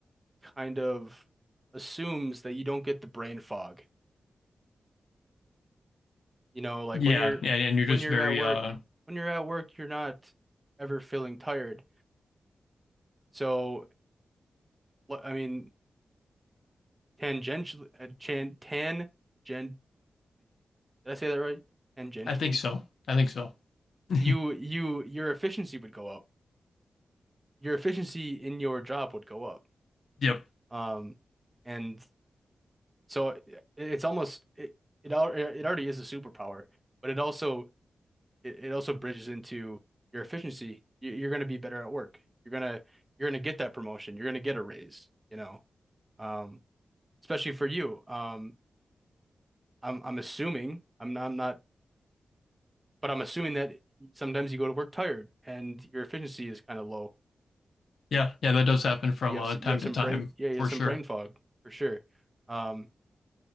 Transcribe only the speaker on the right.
kind of assumes that you don't get the brain fog. You know, like
when you're
when
you're
at work,
when you're at work, you're not ever feeling tired. So, l- I mean, tangentially, uh, chan, tangentially, did I say that right? Tangentially,
you you your efficiency would go up. Your efficiency in your job would go up.
Um, and so it, it's almost it it, al it already is a superpower, but it also it, it also bridges into your efficiency. You, you're going to be better at work. You're gonna you're gonna get that promotion. You're gonna get a raise. You know, um, especially for you. Um, I'm I'm assuming I'm not, I'm not, but I'm assuming that sometimes you go to work tired and your efficiency is kind of low.
You have
you
have
some
brain yeah you
have some
brain fog for sure. Um,